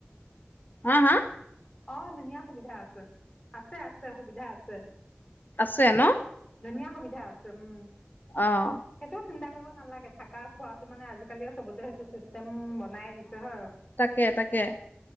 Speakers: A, on the left; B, on the left.
A: হা-হা
B: অ' ধুনীয়া সুবিধা আছে, আছে ছে সুবিধা আছে।
A: আছে ন?
B: ধুনীয়া সুবিধা আছে উম।
A: অ'
B: সেইটো চিন্তা কৰিব নালাগে থাকা-খোৱাটো মানে আজিকালি আৰু চবতে সেইটো। চিষ্টেম বনায়ে দিছে হয়।
A: তাকে-তাকে।